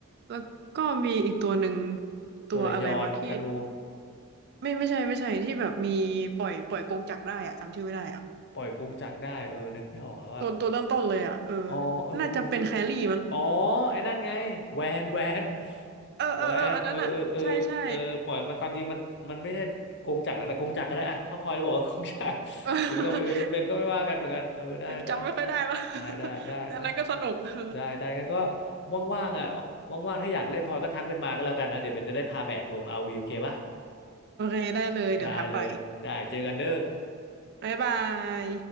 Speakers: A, on the right; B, on the left.
A: แล้วก็มีอีกตัวหนึ่งตัวอะไรวะที่
B: ตัวละยอนธนู
A: ไม่ไม่ใช่ไม่ใช่ที่แบบมีปล่อยปล่อยกงจักรได้อะจำชื่อไม่ได้อะ
B: ปล่อยกงจักรได้เออนึกไม่ออกแล้วอะ
A: ตัวตัวเริ่มต้นเลยอะเออ
B: อ๋อเออคุณคุณอะ
A: น่าจะเป็นแครี่มั้ง
B: อ๋อไอ้นั่นไงแวนแวน
A: เออเออเอออันนั้นอ่ะใช่ใช่
B: แวนเออเออเออเออเออปล่อยมันตามจริงมันมันไม่ใช่กงจักรนะแต่กงจักรก็ได้อะถ้าพลอยบอกว่ากงจักร
A: <laughs>
B: <laughs>
A: เอ
B: เป็นก็ไม่เป็นก็เป็นก็ไม่ว่ากันเหมือนกันเออได้ได้ได้
A: อจำไม่ค่อยได้แล้ว <laughs>
B: ได้ได้ได้อะ
A: แต่อันนั้นก็สนุก <laughs> เออ
B: ได้ได้งั้นก็ว่างๆอ่ะว่างๆถ้าอยากเล่นพลอยก็ทักเป็นมาก็แล้วกันนะเดี๋ยวเบนจะได้พาแบกลงอาร์วีโอเคปะ
A: โอเคได้เลยเดี๋ยวทักไป
B: ได้เลยได้เจอกันเด้อ
A: บ๊ายบาย